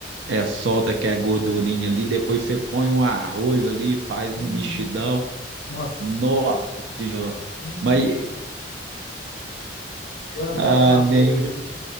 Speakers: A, on the right; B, on the left.
A: é, solta que é gordurinha ali, depois você põe um arroz ali, faz
B: hum,
A: um mexidão.
B: Nossa,
A: Nossa senhora.
B: hum.
A: Mas.
B: dando até
A: Ah,
B: água na boca
A: nem,
B: aqui.